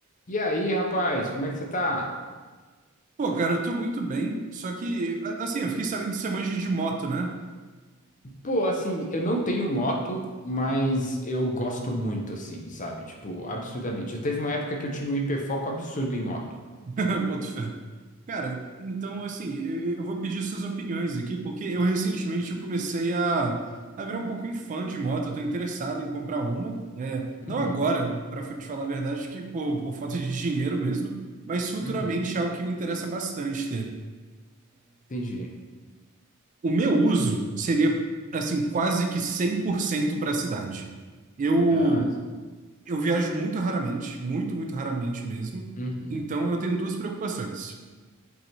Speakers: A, on the left (about 35°); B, on the right (about 35°).
A: E aí, rapaz, como é que você tá?
B: Pô, cara, eu tô muito bem, só que, a- assim, eu fiquei sabendo que você manja de moto, né?
A: Pô, assim, eu não tenho moto, mas eu gosto muito, assim, sabe? Tipo, absurdamente. Já teve uma época que eu tinha um hiperfoco absurdo em moto.
B: <laughs> Boto fé. Cara, então, assim, eu, eu vou pedir suas opiniões aqui, porque eu recentemente eu comecei a, a virar um pouquinho fã de moto, eu tô interessado em comprar uma, né? Não
A: Uhum,
B: agora, pra fa- te falar a verdade, acho que por, por falta de dinheiro mesmo, mas futuramente
A: uhum,
B: é algo que me interessa bastante ter.
A: entendi.
B: O meu uso seria, assim, quase que cem por cento para a cidade. Eu
A: Ah,
B: Eu viajo muito raramente, muito, muito raramente mesmo.
A: uhum,
B: Então eu tenho duas preocupações.